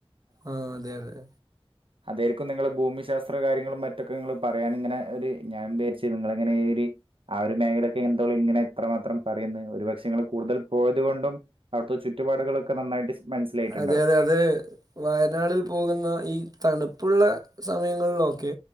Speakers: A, on the right (about 40°); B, on the right (about 60°).
A: ആ അതെ അതെ
B: അതായിരിക്കും നിങ്ങൾ ഭൂമിശാസ്ത്ര കാര്യങ്ങളും മറ്റൊക്കെ നിങ്ങൾ പറയാന ഇങ്ങനെ ഒരു ഞാൻ വിചരിച്ചു നിങ്ങളങ്ങനെ ഒരു ആ ഒരു മേഖലയൊക്കെ എന്തോളും ഇങ്ങനെ എത്രമാത്രം പറയന്ന് ഒരു പക്ഷെ നിങ്ങൾ കൂടുതൽ പോയത് കൊണ്ടും അവിടുത്തെ ചുറ്റുപാടുകളൊക്കെ നന്നായിട്ട് സ് മനസ്സിലായിട്ടുണ്ടാവും
A: അതെ അതെ അത വയനാടിൽ പോകുന്ന ഈ തണുപ്പുള്ള സമയങ്ങളിൽ ഓക്കെ